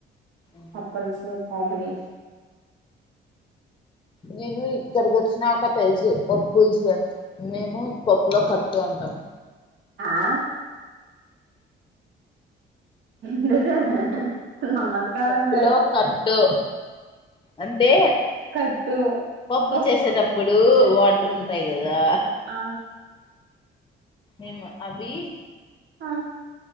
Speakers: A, on the left; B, on the right.
A: మ్మ్
B: పప్పుల్స్ కాంబినేషన్
A: నేను ఇక్కడికి వచ్చినాక తెలుసు పప్పుులుసు అని మేము పప్పులో కట్టు అంటాం
B: ఆ నిజమే నమస్కారం
A: పప్పులో
B: తల్లి
A: కట్టు అంటే
B: కట్టు
A: పప్పు
B: ఫ
A: చేసేటప్పుడు వాటర్ ఉంటాయి కదా
B: ఆ ఆ
A: ఏమొ అది
B: ఆ